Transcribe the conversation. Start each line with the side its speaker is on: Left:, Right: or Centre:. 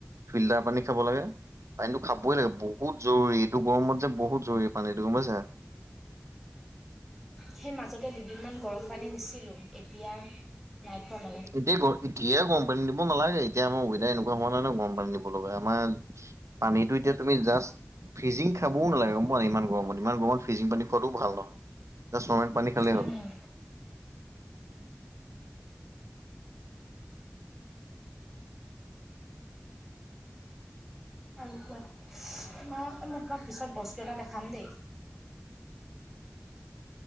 Right: ফিল্টাৰ পানী খাব লাগে। পানীটো খাবই লাগে বহুত জৰুৰী, এইটো গৰমত যে বহুত জৰুৰী পানীটো গম পাইছা।
Centre: সেই মাজতে দুদিনমান গৰম পানী নিছিলোঁ। এতিয়া নাই খোৱা মানে?
Right: এতিয়াই, এতিয়া গৰম পানী নিব নালাগে। এতিয়া আমাৰ ওৱেডাৰ এনেকুৱা হোৱা নাই নহয় ন গৰম পানী নিব লগা। আমাৰ পানীটো এতিয়া তুমি জাষ্ট। ফ্ৰিজিং খাবও নালাগে গম পোৱা নে ইমান গৰমত, ইমান গৰমত ফ্ৰিজিং পানী খোৱাটোও ভাল নহয়। জাষ্ট নৰমেল পানী খালেই
Centre: উম
Right: হ'ল।
Centre: আৰু কোৱা, <unintelligible> অ' মা, অ' মা তোমাক পিছত বস্তু এটা দেখাম দেই।